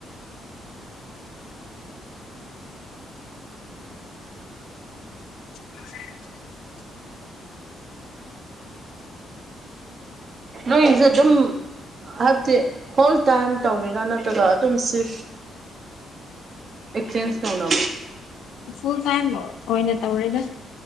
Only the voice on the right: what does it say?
ꯅꯣꯏꯁꯦ ꯑꯗꯨꯝ ꯍꯥꯏꯕꯗꯤ ꯑꯣꯜ ꯇꯥꯏꯝ ꯇꯧꯔꯤꯔꯥ ꯅꯠꯇ꯭ꯔꯒ ꯑꯗꯨꯝ ꯁꯤꯐ ꯑꯦꯆꯦꯟꯖ ꯇꯧ ꯂ